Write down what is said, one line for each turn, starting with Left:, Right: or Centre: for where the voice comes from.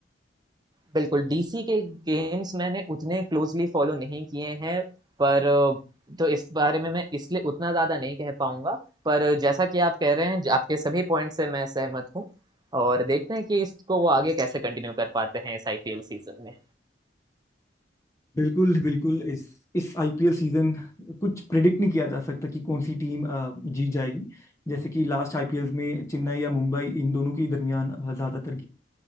Right: बिल्कुल डीसी के गेम्स मैंने उतने क्लोजली फॉलो नहीं किए हैं पर अ, तो इस बारे में मैं इसलिए उतना ज्यादा नहीं कह पाऊंगा पर जैसा कि आप कह रहे हैं ज- आपके सभी पॉइंट से मैं सहमत हूँ और देखते हैं कि इसको वो आगे कैसे कंटिन्यू कर पाते हैं इस आईपीएल सीजन में
Left: बिल्कुल बिल्कुल इस इस आईपीएल सीजन कुछ प्रिडिक्ट नहीं किया जा सकता कि कौन सी टीम अ, जीत जाएगी जैसे कि लास्ट आईपीएल में चेन्नई या मुंबई इन दोनों के दरमियान अ, ज्यादातर अ,